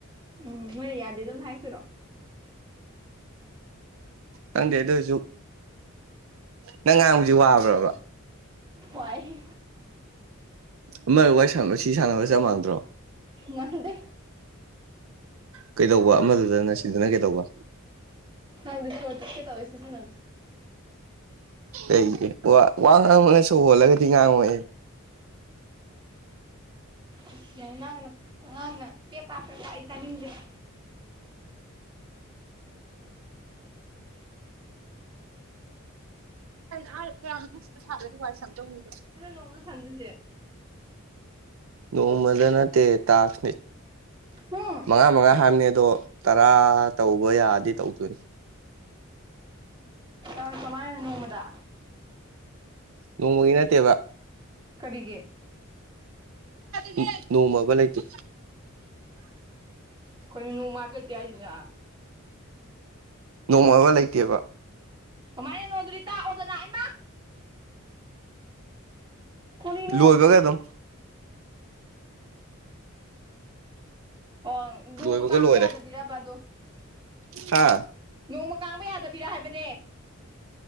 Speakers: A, on the right (about 25°); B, on the right (about 70°).
A: ꯎꯝ ꯃꯣꯏ ꯌꯥꯗꯦ ꯑꯗꯨꯝ ꯍꯥꯏꯔꯛꯇꯣꯏꯔꯣ
B: ꯈꯪꯗꯦ ꯑꯗꯨ ꯑꯣꯏꯔꯁꯨ ꯅꯪ ꯉꯥꯡꯕꯁꯤ ꯋꯥꯕ꯭ꯔꯕ
A: ꯋꯥꯢ ꯍꯦ
B: ꯑꯃ ꯋꯥꯔꯤ ꯁꯥꯟꯅꯕ ꯁꯤ ꯁꯥꯟꯅꯕ ꯆꯞ ꯃꯥꯟꯅꯗ꯭ꯔꯣ
A: ꯃꯥꯟꯗꯦ
B: ꯀꯩꯗꯧꯕ ꯑꯃꯗꯨꯗꯅ ꯁꯤꯗꯅ ꯀꯩꯗꯧꯕ
A: ꯑꯩꯕꯨ ꯁꯣꯔ ꯇꯠ ꯀꯦ ꯇꯧꯢ ꯑꯁꯤ ꯁꯥꯅꯕꯁꯦ
B: ꯑꯩꯗꯤ ꯋꯥ ꯋꯥ ꯉꯥꯡꯕꯒ ꯁꯣ ꯍꯣꯜꯂꯒꯗꯤ ꯉꯥꯡꯉꯣꯑꯦ
A: ꯑꯁ ꯌꯥꯔꯦ ꯉꯥꯡꯉꯅꯪ ꯄꯦꯄꯥ ꯄꯦꯄꯥ ꯑꯩ ꯇꯅꯤꯡꯗꯦꯕ
B: ꯑ ꯀꯌꯥꯝ ꯍꯛꯇ ꯁꯥꯕꯗꯤ ꯋꯥꯢ ꯁꯪꯗꯧꯅꯦꯕ
A: ꯇꯣꯡꯅ ꯁꯥꯟꯗꯨꯁꯦ
B: ꯅꯣꯡꯃꯗ ꯅꯠꯇꯦ ꯇ ꯇꯦ
A: ꯍꯨꯝ
B: ꯃꯉꯥ ꯃꯉꯥ ꯍꯥꯏꯕꯅꯦ ꯑꯗꯣ ꯇꯔꯥ ꯇꯧꯕ ꯌꯥꯔꯗꯤ ꯇꯧꯗꯣꯏꯅꯤ
A: ꯑ ꯀꯃꯥꯏꯅ ꯅꯣꯡꯃꯗ
B: ꯅꯣꯃꯒꯤ ꯅꯠꯇꯦꯕ
A: ꯒꯤ
B: ꯎꯝ ꯅꯣꯡꯃꯕ ꯂꯩꯇꯦ
A: ꯑꯈꯣꯏꯅ ꯅꯣꯡ ꯃꯥꯒꯦ ꯇꯌꯥꯖꯅꯥ
B: ꯅꯣꯡꯃꯕ ꯂꯩꯇꯦꯕ
A: ꯀꯃꯥꯏꯅꯦꯅꯣ ꯑꯗꯨꯗꯤ ꯇꯥꯛꯑꯣ ꯀꯅꯥꯥꯏꯃ ꯀꯔꯤꯅꯣ
B: ꯂꯣꯏꯕꯒ ꯑꯗꯨꯝ
A: ꯑꯣ ꯅꯣꯡꯃ
B: ꯂꯣꯏꯕꯒ
A: ꯀꯥꯡꯕ
B: ꯂꯣꯏꯔꯦ
A: ꯌꯥꯗꯕꯤꯔꯕ ꯑꯗꯣ
B: ꯍꯥ
A: ꯅꯣꯡꯃ ꯀꯥꯡꯕ ꯌꯥꯗꯕꯤꯔ ꯍꯥꯏꯕꯅꯦ